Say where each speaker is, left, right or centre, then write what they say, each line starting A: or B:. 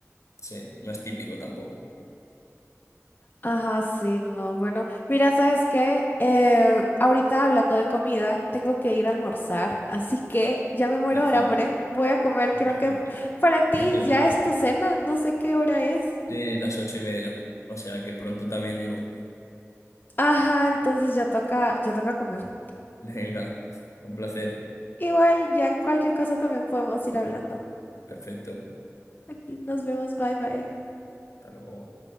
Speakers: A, on the left (about 70°); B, on the left (about 35°).
A: sí, no es típico tampoco.
B: Ajá, sí, no, bueno, mira, ¿sabes qué? Eh, ahorita hablando de comida, tengo que ir a almorzar, así que ya me muero
A: Perfecto,
B: de hambre. Voy a comer,
A: perfecto.
B: creo que para ti
A: Ha sido
B: ya es tu cena, no sé qué hora es.
A: de las ocho y media, o sea que pronto también yo.
B: Ajá, entonces ya toca, ya toca comer.
A: <laughs> Venga, un placer.
B: Igual, ya cualquier cosa también podemos ir hablando.
A: Perfecto.
B: Aquí nos vemos, bye bye.
A: Hasta luego.